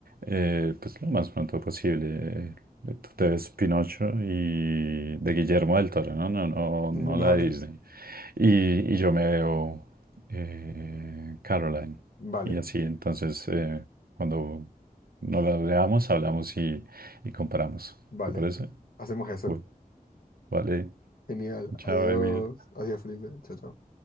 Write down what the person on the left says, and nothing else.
<laughs>
Vale,
vale,
vale.
Hacemos eso.
Genial.
Adiós.
Adiós, Felipe. Chao, chao.